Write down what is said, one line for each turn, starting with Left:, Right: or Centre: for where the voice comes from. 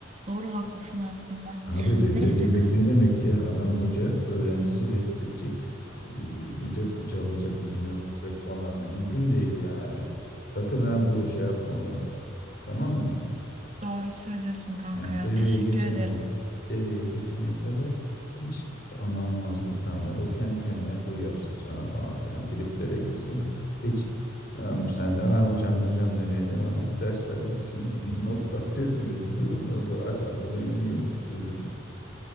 Right: Doğru haklısın aslında.
Left: Abi reddedilmek
Right: Neyse ki
Left: ne demek ya? Adam hoca öğrencisi reddedecek. Bir de fırçalayacak yüzüne vuracak falan. Mümkün değil yani. Sakın ha bu şey yapma onu. Tamam mı?
Right: doğru söylüyorsun kanka
Left: Yani
Right: ya.
Left: dereye
Right: Teşekkür
Left: geçene,
Right: ederim.
Left: dereye geçene kadar hiç anlamamazlıktan ver. O kendi kendine kur yapsın sana falan filan. Triplere girsin. Hiç tamam sen de ah hocam hocam demeye devam et. Dersler bitsin. <laughs> Notlar teslim edilsin. Ondan sonra aç ağzını yum gö- gözünü.